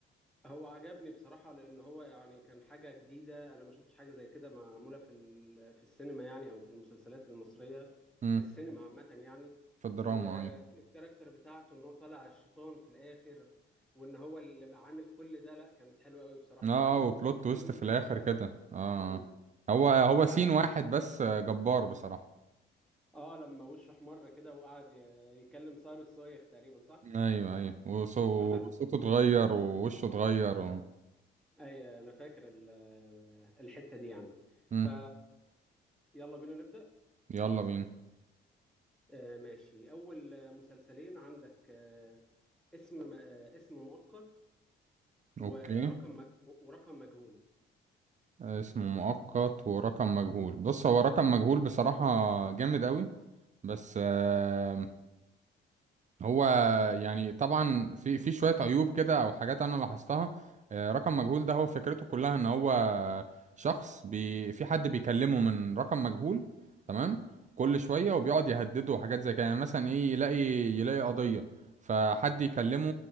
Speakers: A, in the centre; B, on the right (about 40°).
A: هو عجبني بصراحة لان هو يعني كان حاجة جديدة انا ما شفتش حاجة زي كده معمولة في ال- في السينما يعني او في المسلسلات المصرية
B: امم
A: في السينما عامة يعني
B: في الدراما
A: ال-
B: ايوه.
A: الكاركتر بتاعته ان هو طالع الشيطان في الاخر وان هو اللي عامل كل ده لا كانت حلوة قوي بصراحة
B: اه
A: ال-
B: وبلوت
A: التويست
B: تويست في الاخر
A: اللي في الاخر
B: كده اه
A: مم.
B: آه. هو هو
A: ف
B: سين واحد بس آه، جبار بصراحة
A: اه لما وشه احمر كده وقعد ي- يكلم صار الصايغ تقريبا صح
B: ايوه ايوه وصو-
A: <laughs>
B: وصوته اتغير ووشه اتغير و...
A: اي انا فاكر ال- الحتة دي يعني
B: مم.
A: ف يلا بينا نبدأ
B: يلا بينا
A: آه، ماشي اول آه، مسلسلين عندك آه، اسم م- آه، اسم مؤقت ورقم
B: اوكي
A: م- ورقم مجهول
B: اسمه مؤقت ورقم مجهول بص هو رقم مجهول بصراحة جامد اوي بس آه، هو يعني طبعا في في شويه عيوب كده او حاجات انا لاحظتها آه، رقم مجهول ده هو فكرته كلها ان هو شخص بي في حد بيكلمه من رقم مجهول تمام كل شويه وبيقعد يهدده وحاجات زي كده يعني مثلا ايه يلاقي يلاقي قضيه فحد يكلمه